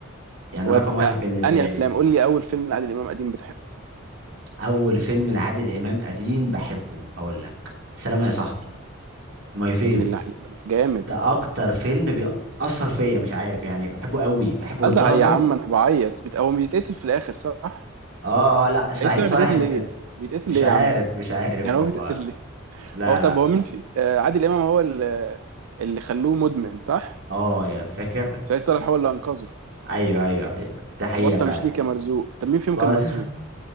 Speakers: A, on the right (about 65°); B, on the right (about 85°).
A: يعني
B: ودي
A: رقم واحد
B: أه.
A: بالنسبه
B: أنهي أفلام
A: لي
B: قول لي أول فيلم لعادل إمام قديم بتحبه
A: اول فيلم لعادل امام قديم بحبه هقول لك سلامه يا صاحبي ماي فيف
B: يا ابن اللعيبة جامد
A: ده اكتر فيلم بيأثر فيا مش عارف يعني بحبه قوي بحبه
B: أزعل
A: لدرجه
B: يا عم أنا بعيط بت... هو بيتقتل في الآخر صح؟
A: اه اه لا سعيد
B: إيه سبب
A: صالح
B: بيتقتل
A: اللي بتقول
B: ليه؟ بيتقتل
A: مش
B: ليه
A: عارف
B: يا عم؟
A: مش عارف
B: يعني
A: والله
B: هو بيتقتل ليه
A: لا
B: هو طب
A: لا
B: هو مين في آه، عادل امام هو اللي اللي خلوه مدمن صح
A: اه يا فاكر
B: سعيد صالح هو اللي انقذه
A: ايوه ايوه ايوه ده حقيقه
B: وبطه
A: فعلا
B: مش ليه كان مرزوق طب مين فيهم
A: بس
B: كان مرزوق